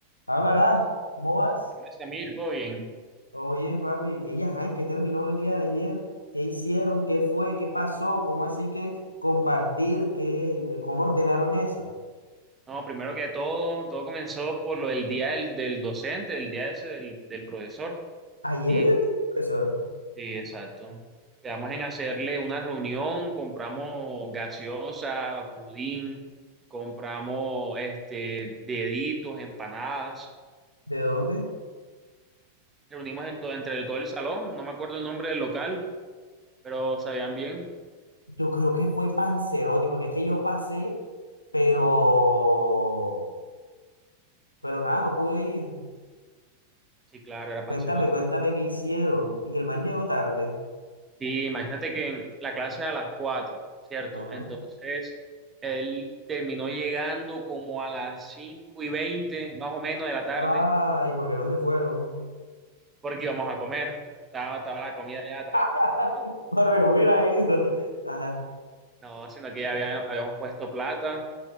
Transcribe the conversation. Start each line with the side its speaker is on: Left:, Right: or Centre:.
Left: Hablarás, ¿cómo vas?
Right: Hola, Samir, ¿todo bien?
Left: Oye, papi, ella, ajá, ¿en qué terminó el día de ayer? ¿Qué hicieron? ¿Qué fue? ¿Qué pasó? ¿Cómo así que compartir? ¿Qué, cómo ordenaron eso?
Right: No, primero que todo, todo comenzó por lo del día del, del docente, del día ese del, del profesor.
Left: Ayer
Right: Y,
Left: era el día del profesor.
Right: sí, exacto. Quedamos en hacerle una reunión, compramos gaseosa, pudín, compramos este, deditos, empanadas.
Left: ¿De dónde?
Right: Reunimos en to- entre todo el salón, no me acuerdo el nombre del local, pero sabían bien.
Left: Yo creo que fue Panzerotti, porque es que yo pasé, pero, pero nada, no pude ir.
Right: Sí, claro, era Panzerotti.
Left: Cuéntame, cuéntame qué hicieron. Y que el man llegó tarde.
Right: Sí, imagínate que en la clase era a las 4, ¿cierto?
Left: Ajá.
Right: Entonces, él terminó llegando como a las 5 y 20, más o menos, de la tarde,
Left: Ay, ¿por qué no se fueron?
Right: porque íbamos a comer. Estaba, estaba la comida ya, estaba. cogida.
Left: <laughs> Bueno, yo hubiera ido. <laughs> Ajá.
Right: No, sino que ya había- habíamos puesto plata